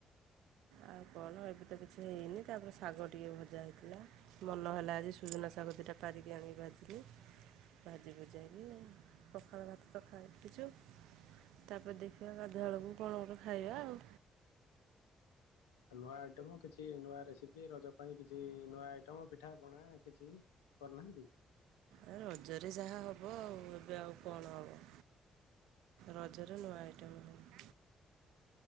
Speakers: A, on the right (about 75°); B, on the left (about 80°).
A: ଆଉ କଣ ଏବେ ତ କିଛି ହେଇନି ତାପରେ ଶାଗ ଟିକେ ଭଜା ହେଇଥିଲା ମନ ହେଲା ଆଜି ସୁଜୁନା ଶାଗ ଦିଟା ପାରିକି ଆଣିକି ଭାଜିଲି ଭାଜି ଭୁଜାକି ପଖାଳ ଭାତ ତ ଖାଇଚୁ ତାପରେ ଦେଖିବା ଗାଧୁଆବେଳକୁ କଣ ଗୋଟେ ଖାଇବା ଆଉ।
B: ନୂଆ ଆଇଟମ୍ କିଛି ନୂଆ ରେସିପି ରଜ ପାଇଁ କିଛି ନୂଆ ଆଇଟମ୍ ପିଠା ପଣା କିଛି କରିନାହାନ୍ତି?
A: ଏ ରଜରେ ଯାହା ହବ ଆଉ ଏବେ ଆଉ କଣ ହବ? ରଜରେ ନୂଆ ଆଇଟମ୍ <unintelligible>